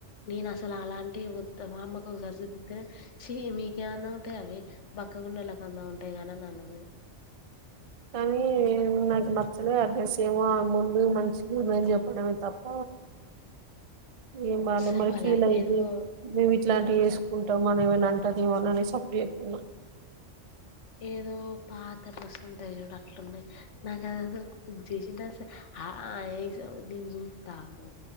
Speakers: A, on the left; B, on the right.
A: నేను అసలు అలాంటి వద్దు మా అమ్మకు ఒకసారి చూపితేేనే చి మీకే అందం ఉంటాయి అవి బక్కగానోళ్లకు అందం ఉంటాయి గాని అన్నవి
B: కానీ నాకు నచ్చలే ఆ డ్రెస్ ఏమో ఆ ముందు మంచి మేం చెప్పడమే తప్ప ఏం బాలమ్మ
A: అసలు వాళ్ళ
B: ఫీల్ అయిది
A: ఏదో
B: మేము ఇట్లాంటివి
A: ఆ
B: వేసుకుంటాం మన ఏమైనా అంటారు అ ఉన్నానే సప్పుడు చేయకున్నా
A: ఏదో పాత రసం ఉంటే చూడ అట్లున్నాయి నాకు అది అసలు చేసింటే అస ఆ ఈ సంగతి నేను సూత్తాగు